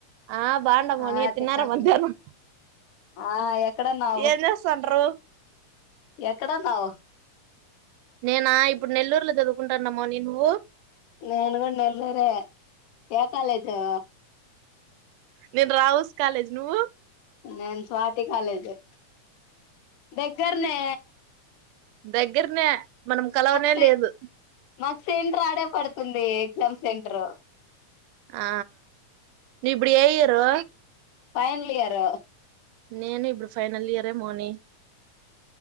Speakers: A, on the right; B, on the left.
A: ఆ బాగున్నా మౌని
B: ఆ
A: తిన్నారా
B: తిన్నాము
A: మధ్యాహ్నం
B: ఆ ఎక్కడన్నావు
A: ఏం చేస్తాండ్రు
B: ఎక్కడన్నావు
A: నేనా ఇప్పుడు నెల్లూరులో చదువుకుంటున్న మౌని నువ్వు
B: నేను కూడా నెల్లూరు ఏ కాలేజు
A: నేను రావుస్ కాలేజ్ నువ్వు
B: నన్ స్వాతి కాలేజె దగ్గర్ నే
A: దగ్గరనే మనం కలవనే
B: సె
A: లేదు.
B: మాకు సెంట రాడే పడుతుంది. ఎగ్జామ్ సెంటరు
A: ఆ ఇబుడు ఏ ఎయిరు
B: ఫైనల్ ఇయర్
A: నేను ఇబ్ ఇప్పుడు ఫైనల్ ఇయరే మోని